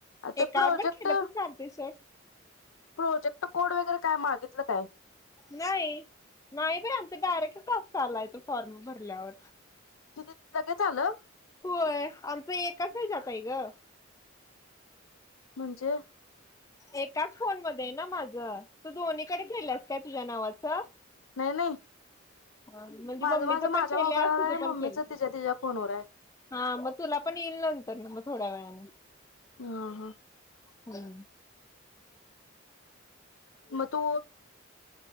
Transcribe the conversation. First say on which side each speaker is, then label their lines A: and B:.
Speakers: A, on the left (about 85°); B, on the left (about 15°).
A: ते
B: एकावर
A: प्रोजेक्ट
B: बण खेळतच आमचे सोण
A: प्रोजेक्ट कोड वगैरे काय मागितलं काय
B: नाही नाही बर आम ारेक्ट तास चालायो फॉर्म भरल्यावर
A: तिथ त लगेच आलं
B: होय आमचं एकच आहे जातय ग
A: म्हणजे
B: एकाच फोन मध्ये ना माझ तू दोन्हीकडे गेल्यास काय तुझ्या नावाचं
A: नाही नाही
B: म्हणजे
A: माझं
B: मम्मीच
A: माझं
B: पण
A: माझ्या
B: केलं
A: मोबाईलवर
B: तुझ
A: आहे
B: पण
A: मम्मीच
B: केलं
A: तिच्या तिच्या फोनवर आहे
B: हा मग तुला पण येईल नंतर ना मग थोड्या व्यान
A: ह हा
B: हम्
A: मग तो